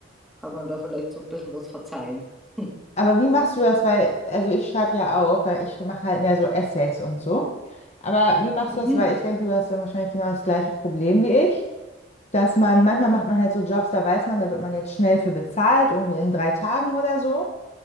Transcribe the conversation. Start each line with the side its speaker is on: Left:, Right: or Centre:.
Centre: kann man da vielleicht so ein bisschen was verzeihen. <laughs>
Left: Aber wie machst du das? Weil, also ich schreibe ja auch, weil ich mache halt mehr so Essays und so. Aber wie machst
Centre: Mhm,
Left: du das? Weil ich denke, du hast dann wahrscheinlich genau das gleiche Problem wie ich, dass man, manchmal macht man halt so Jobs, da weiß man, da wird man jetzt schnell für bezahlt, irgendwie in drei Tagen oder so.